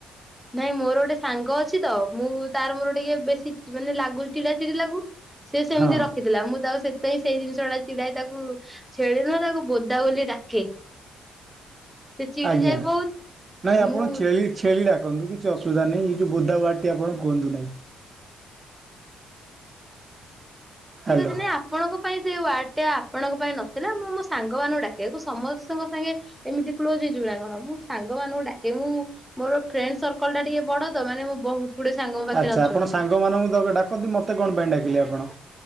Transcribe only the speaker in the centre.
ନାଇଁ ମୋର ଗୋଟେ ସାଙ୍ଗ ଅଛି ତ ମୁଁ ତାର ମୋର ଟିକେ ବେଶୀ ମାନେ ଚି ଲାଗୁ ଚିଡା ଚିଡି ଲାଗୁ। ସେ ସେମିତି
ରଖିଥିଲା ମୁଁ ତାକୁ ସେଥିପାଇଁ ସେଇ ଜିନିଷଟା ଚିଡାଏ ତାକୁ ଛେଳି ନୁହଁ ତାକୁ ବୋଦା ବୋଲି ଡାକେ। ସେ ଚିଡିଯାଏ
ବହୁତ
ମୁଁ
ଠିକ୍ ଅଛି ନାଇଁ ଆପଣଙ୍କ ପାଇଁ ସେ ୱାର୍ଡ ଟା ଆପଣଙ୍କ ପାଇଁ ନଥିଲା ମୁଁ ମୋ ସାଙ୍ଗ ମାନଙ୍କୁଡା କେ ସମସ୍ତଙ୍କ ସାଙ୍ଗେ ଏମିତି କ୍ଲୋଜ ହେଇଯିବୁ ନା କଣ ମୁଁ ସାଙ୍ଗ ମାନଙ୍କୁ ଡାକେ ମୁଁ ମୋର ଫ୍ରେଣ୍ଡ ସର୍କଲ ଟା ଟିକେ ବଡ ତ ମାନେ ମୁଁ ବହୁତ ଗୁଡେ ସାଙ୍ଗ ମୋ ପାଖରେ
ଅଛନ୍ତି।